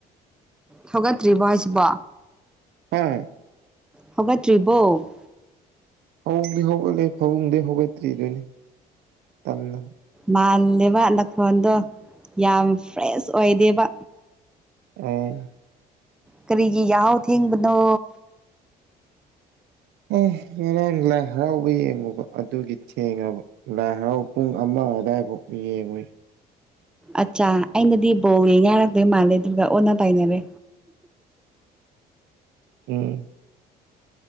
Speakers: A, in the centre; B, on the right.
A: ꯊꯧꯒꯠꯇ꯭ꯔꯤꯕꯣ ꯍꯥꯏꯁꯤꯕ
B: ꯍꯝ
A: ꯍꯧꯒꯠꯇ꯭ꯔꯤꯕꯣ
B: ꯍꯧꯣꯡꯗꯤ ꯍꯧꯒꯠꯂꯤ ꯐꯃꯨꯡꯗꯒꯤꯩ ꯍꯧꯒꯠꯇ꯭ꯔꯤꯗꯨꯅꯤ ꯇꯅ
A: ꯃꯥꯂꯦꯕ ꯅꯐꯣꯟꯗꯣ ꯌꯥꯝ ꯐ꯭ꯔꯦꯁ ꯑꯣꯏꯗꯦꯕ
B: ꯑ
A: ꯀꯔꯤꯒꯤ ꯌꯥꯎ ꯊꯦꯡꯤꯡꯅꯣ
B: ꯑ ꯉꯔꯥꯡ ꯂꯥꯏ ꯍꯔꯥꯎꯕ ꯌꯦꯡꯉꯨꯕ ꯑꯗꯨꯒꯤ ꯊꯦꯡꯉꯕ ꯂꯥꯏ ꯍꯔꯥꯎꯕ ꯄꯨꯡ ꯑꯃ ꯑ ꯑꯗ ꯍꯥꯏ ꯌꯦꯡꯉꯨꯣꯏ
A: ꯑꯠꯆꯥ ꯑꯩꯅꯗꯤ ꯕꯣ ꯌꯦ ꯉꯥꯏꯔꯛꯇꯣꯏ ꯃꯥꯜꯂꯦ ꯑꯗꯨꯒ ꯑꯣꯟꯅ ꯇꯥꯏꯅꯔꯦ
B: ꯎꯝ